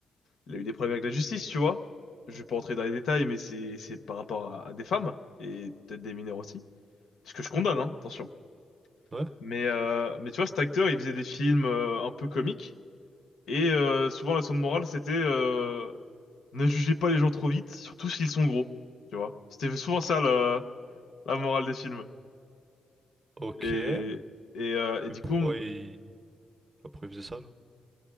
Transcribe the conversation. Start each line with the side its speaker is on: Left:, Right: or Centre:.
Left: il a eu des problèmes avec la justice, tu vois. Je vais pas entrer dans les détails, mais c'est, c'est par rapport à, à des femmes et peut-être des mineurs aussi. Ce que je condamne, hein, attention.
Right: Ouais.
Left: Mais, euh, mais tu vois, cet acteur, il faisait des films euh, un peu comiques et euh, souvent la leçon de morale, c'était euh, ne jugez pas les gens trop vite, surtout s'ils sont gros, tu vois. C'était souvent ça la, la morale des films.
Right: Ok.
Left: Et
Right: Mais
Left: et, euh, et du
Right: pourquoi
Left: coup,
Right: il, pourquoi il faisait ça, genre